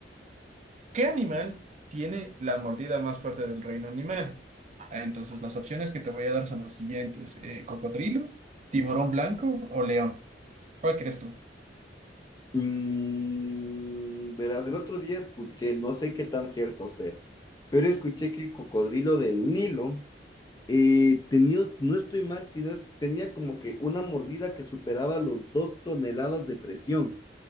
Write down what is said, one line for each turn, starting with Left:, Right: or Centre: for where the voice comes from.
Right: ¿Qué animal tiene la mordida más fuerte del reino animal? Ah, Entonces, las opciones que te voy a dar son las siguientes: eh, cocodrilo, tiburón blanco o león. ¿Cuál crees tú?
Left: Mm, verás, el otro día escuché, no sé qué tan cierto sea, pero escuché que el cocodrilo del Nilo eh, tenía, no estoy mal, sino es- tenía como que una mordida que superaba los dos toneladas de presión.